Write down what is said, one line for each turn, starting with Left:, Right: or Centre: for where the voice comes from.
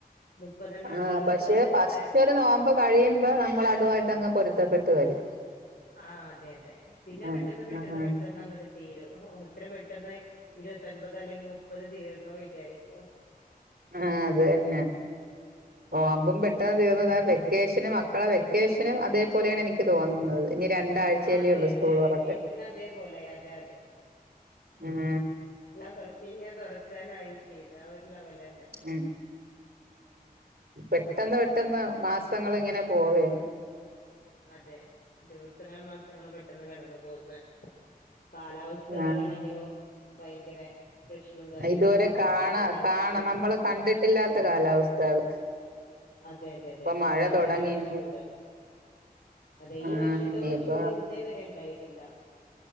Left: മുപ്പതെണ്ണം
Right: ആഹ്
Left: തീർക്കാന്നുള്ള
Right: പക്ഷേ ഫസ്റ്റ് ഒര് നോമ്പ് കഴിയുമ്പോ നമ്മൾ അതുവായിട്ടങ്ങ് പൊരുത്തപ്പെട്ട് വരും.
Left: ആഹ് അതെ തെ.. പിന്നെ
Right: ആഹ്
Left: പെട്ടെന്ന് പെട്ടെന്ന്
Right: ആഹ്
Left: പെട്ടെന്നങ്ങണ്ട്. തീരും ഇ. ത്ര പെട്ടെന്ന് ഇരുപത്തെൻപത് അല്ലെങ്കിൽ മുപ്പത് തീർന്നോ വിചാരിക്കും.
Right: ആഹ് അതെന്നെ. നോമ്പുംപെട്ടെന്ന് തീർന്ന്താ വെക്കേഷനും, മക്കളെ വെക്കേഷനും, അതേപോലെയാണ്. എനിക്ക് തോന്നുന്നത്. ഇനി രണ്ടാഴ്ചയല്ലേള്ളൂ
Left: ആഹ് അതെ അതെ
Right: സ്കൂൾ
Left: വെക്കേഷൻ
Right: തെറക്ക്.
Left: അതേപോലെ അതെ
Right: ഏം
Left: ആ കൊർച്ചെയ്ഞ്ഞാൽ തെറക്കാനായിം ചെയ്ത്. ആ ഒരു ലെവലെന്നെ.
Right: അതെ. ആപെട്ടെന്ന് പെട്ടെന്ന് മാസങ്ങള്ങ്ങനെ പോവെ.
Left: അതെ ദിവസങ്ങളും, മാസങ്ങളും, പെട്ടെന്ന് കടന്നു പോകുന്നെ. കാലാവസ്ഥകളാണെങ്കിലോ,
Right: ആഹ്
Left: ഭയങ്കര. പ്രശ്നം കാര്യങ്ങളും
Right: ഇതുവരെ
Left: അതും
Right: കാണാ,
Left: ചൂടാണ്
Right: കാണ,
Left: ചൂ
Right: നമ്മള് കണ്ടിട്ടില്ലാത്ത. കാലാവസ്ഥകള്.
Left: അതെ, അതെ,
Right: ഇപ്പൊ
Left: തെ
Right: മഴ
Left: ഭയങ്കരായിട്ട്
Right: തൊടങ്ങിനി
Left: ചൂട്. അതെ
Right: ആഹ്
Left: ഈ വർഷത്തോളം
Right: ഇനിയിപ്പ
Left: ചൂട് ഇന്നേ വരെ ണ്ടായിട്ടില്ല.